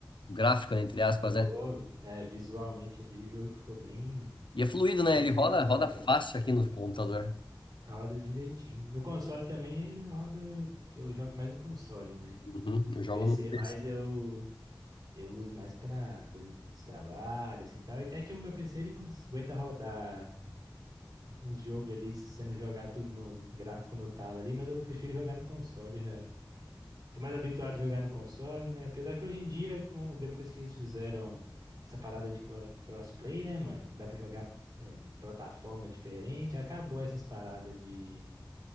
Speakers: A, on the left; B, on the right.
A: gráfico, né, entre aspas,
B: Ficou,
A: né?
B: é, visualmente ali o jogo ficou bem,
A: E é fluido, né?
B: bem
A: Ele
B: bonitão,
A: roda, roda
B: né, cara?
A: fácil aqui no computador.
B: Roda direitinho. No console também ele roda. Eu jogo mais no console, né?
A: Uhum, eu jogo
B: PC
A: no PC.
B: mais eu eu uso mais pra coisa de trabalho, assim, tal. Até que o meu PC ele cons- aguenta rodar uns jogos ali, se você não jogar tudo no gráfico no talo ali, mas eu prefiro jogar no console. Já. Tô mais habituado a jogar no console, né? Apesar que hoje em dia, com, depois que eles fizeram essa parada de clo- crossplay, né, mano? Que dá pra jogar em plataforma diferente, acabou essas paradas de,